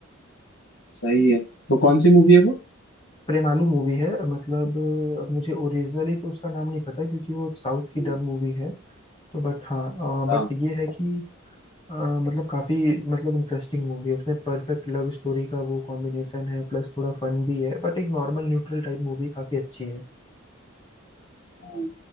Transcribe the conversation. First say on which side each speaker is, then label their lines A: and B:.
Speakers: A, on the left (about 65°); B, on the left (about 25°).
A: सही है तो कौन सी मूवी है वो
B: प्रेमालू मूवी है मतलब अ, मुझे ओरिजिनली तो उसका नाम नहीं पता है, क्योंकि वो साउथ की
A: हम्म,
B: डब मूवी है तो बट हाँ बट
A: हाँ
B: ये है कि अ, मतलब काफी मतलब इंटरेस्टिंग मूवी है उसमें परफेक्ट लव स्टोरी का वो कॉम्बिनेशन है प्लस थोड़ा फन भी है बट एक नॉर्मल न्यूट्रल टाइप मूवी काफी अच्छी है
A: हाँ।